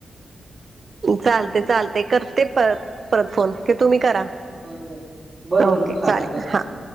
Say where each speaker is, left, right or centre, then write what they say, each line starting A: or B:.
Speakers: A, on the right; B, on the right.
A: चालते चालते करते परत परत फोन क तुम्ही करा
B: बर बर बरं बरं
A: ओके
B: चालते
A: चालेल
B: करतो
A: हा
B: की